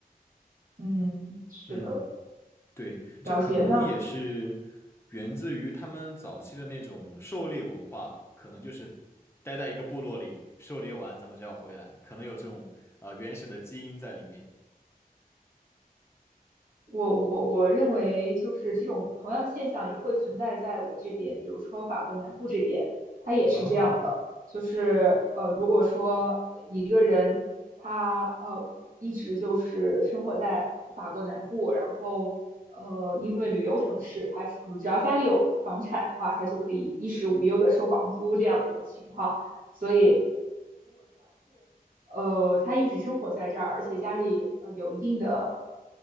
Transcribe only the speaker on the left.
嗯，对，
这可能也是
源自于他们早期的那种狩猎文化吧，可能就是待在一个部落里狩猎完，咱们就要回来，可能有这种呃原始的基因在里面。
哦，